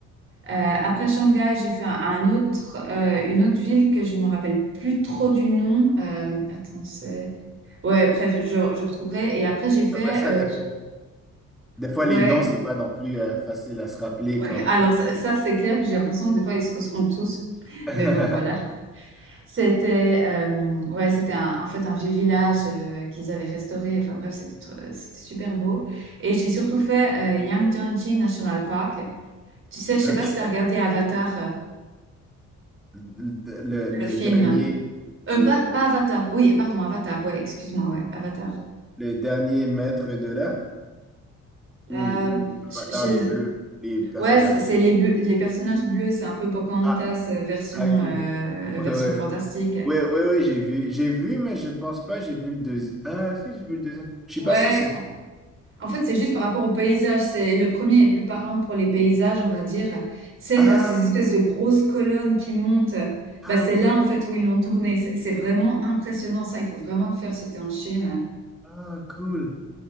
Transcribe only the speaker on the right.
Euh, après Shanghai, j'ai fait un, un autre, euh, une autre ville que je me rappelle plus trop du nom. Euh, attends, c'est... Ouais, bref, je, je retrouverai. Et après, j'ai fait...
euh,
tu-
ouais,
ouais.
Alors,
ça, ça, c'est clair. Puis j'ai l'impression que des fois, ils se ressemblent tous.
Mais bon, voilà. C'était euh, ouais, c'était un- en fait un vieux village euh, qu'ils avaient restauré. Enfin bref, c'était tr- euh, c'était super beau. Et j'ai surtout fait euh, Yangtze National Park. Tu sais, je sais
pas si tu as regardé Avatar, euh,
le
film.
Euh,
pas, pas Avatar. Oui, pardon, Avatar. Ouais, excuse-moi. Ouais, Avatar.
Euh,
je-
je-
Ouais, c'est
c'est les bleus- les personnages bleus. C'est un peu Pocahontas
euh, version
euh,
version fantastique.
Ouais.
En en fait, c'est juste par rapport au paysage. C'est le premier est plus parlant pour les paysages, on va dire. C'est
à ces espèces
de grosses colonnes qui montent.
Bah, c'est
là
en fait où ils l'ont tourné. C'est c'est vraiment impressionnant ça. Il faut vraiment le faire. C'était en Chine.